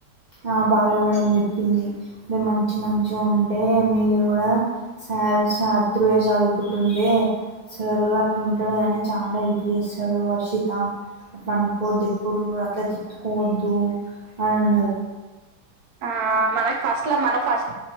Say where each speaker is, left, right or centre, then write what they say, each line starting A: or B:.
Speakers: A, on the right; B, on the right.
A: ఆ భారుగ మేడం చెప్పింది ఇ మంచి మంచిగా ఉంటే మీరు కూడా సార్ సార్ తృయ చర్దుకుంటుండే సారు అట్లుంటాడు కాని చాలా హెల్ప్ చేస్తాడు వర్షిత అట్లా అనుకోవద్దు ఎప్పుడు అట్లా తిట్టుకోవద్దు అని అన్నారు
B: ఆ మనకి ఫస్ట్ లో మనం ఫస్ట్